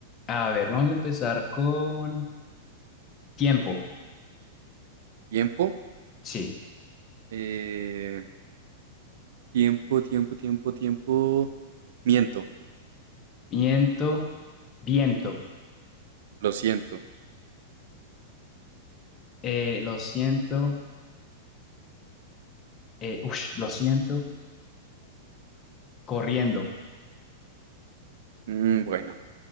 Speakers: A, on the left (about 25°); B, on the right (about 70°).
A: A ver, vamos a empezar con tiempo.
B: Tiempo.
A: Sí,
B: Eh... Tiempo, tiempo, tiempo, tiempo. Miento,
A: viento, viento.
B: lo siento.
A: Eh, lo siento, eh, ush, lo siento, corriendo.
B: Mm, bueno,